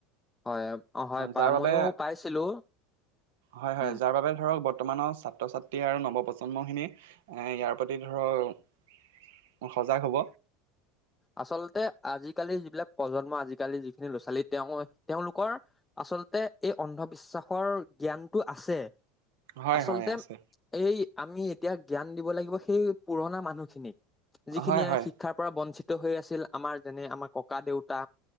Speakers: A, on the left (about 15°); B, on the right (about 70°).
A: হয় অ হয় পা
B: যাৰ বাবে
A: ময়ো পাইছিলো
B: হয় হয়
A: উম
B: যাৰ বাবে ধৰক বৰ্তমানৰ ছাত্ৰ ছাত্ৰী আৰু নৱপ্ৰজন্মখিনি এ ইয়াৰ প্ৰতি ধৰক ম সজাগ হ'ব।
A: আচলতে আজিকালি যিবিলাক প্ৰজন্ম আজিকালি যিখিনি ল'ৰা ছোৱালী তেওঁ তেওঁলোকৰ আচল। আচলতে এই অন্ধবিশ্বাসৰ জ্ঞানটো আছে।
B: হয়
A: আচলতে
B: হয় আছে
A: এই আমি এতিয়া জ্ঞান দিব লাগিব সেই পুৰণা মানুহখিনিক। যিখিনি
B: হয় হয়
A: শিক্ষাৰ পৰা বঞ্চিত হৈ আছিল আমাৰ যেনে আমাৰ ককা দেউতা,